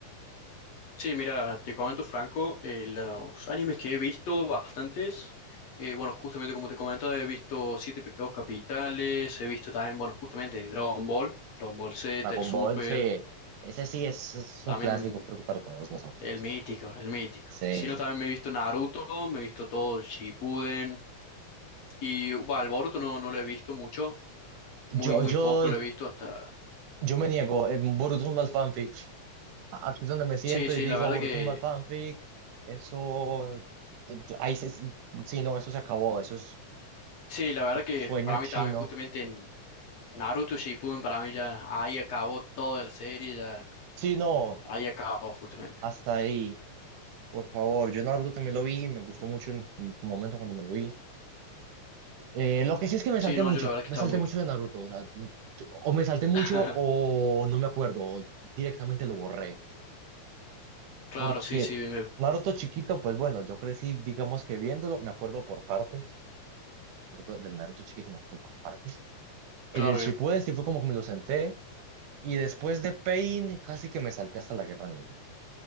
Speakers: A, on the left; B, on the right.
A: Sí, mira, te comento Franco, eh, los animes que he visto, bastantes, eh, bueno, justamente como te comentaba, he visto Siete Pecados Capitales, he visto también, bueno, justamente Dragon Ball, Dragon Ball Z,
B: Dragon
A: el Super,
B: Ball, sí. Ese sí es, es
A: también
B: un clásico, creo que para todos nosotros.
A: el mítico, el mítico.
B: Sí.
A: Si no, también me he visto Naruto, me he visto todo el Shippuden, y bueno, el Boruto no, no lo he visto mucho, muy,
B: Yo,
A: muy
B: yo,
A: poco lo he visto hasta...
B: yo me niego. En Boruto es un mal fanfic. A- Aquí es donde me siento
A: Sí, sí,
B: y digo,
A: la verdad
B: Boruto
A: que...
B: es un mal fanfic. Eso. t- t- Ahí se, sí, no, eso se acabó. Eso es
A: Sí, la verdad que
B: sueño
A: para mí
B: chino.
A: también, justamente Naruto Shippuden para mí ya ahí acabó toda la serie, ya
B: Sí, no,
A: ahí acabó justamente.
B: hasta ahí. Por favor, yo Naruto también lo vi, me gustó mucho en un momento cuando me lo vi. Eh, lo que sí es que me
A: Sí,
B: salté
A: no,
B: mucho,
A: yo la verdad que
B: me
A: estaba
B: salté
A: muy...
B: mucho de Naruto, o sea, t- o me salté mucho
A: <laughs>
B: o no me acuerdo, o directamente lo borré,
A: Claro,
B: porque
A: sí, sí, bien, bien.
B: Naruto chiquito, pues bueno, yo crecí, digamos que viéndolo, me acuerdo por partes, Naruto- del Naruto chiquito me acuerdo por partes, y
A: claro,
B: del Shippuden
A: bien.
B: sí fue como que me lo senté, y después de Pain casi que me salté hasta la Guerra Ninja,